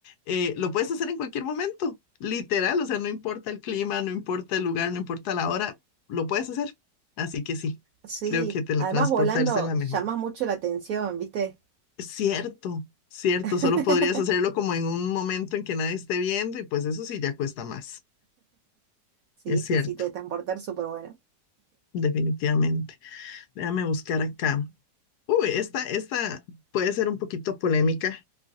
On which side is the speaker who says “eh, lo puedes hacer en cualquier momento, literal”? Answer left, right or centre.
Left